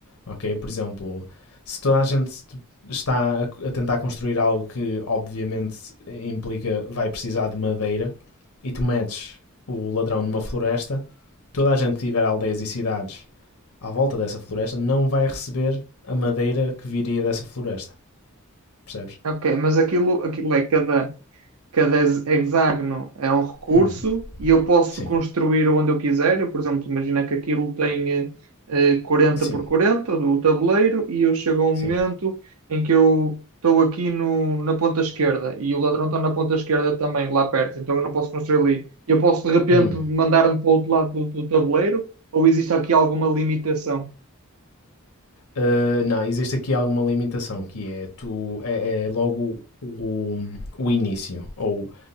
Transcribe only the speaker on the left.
ok? Por exemplo, se toda a gente está a, tentar construir algo que obviamente implica vai precisar de madeira e tu metes o ladrão numa floresta, toda a gente que tiver aldeias e cidades à volta dessa floresta não vai receber a madeira que viria dessa floresta, percebes?
Hum,
sim,
sim,
sim.
Hum.
Uh, não, existe aqui alguma limitação que é tu é, é logo o, o início ou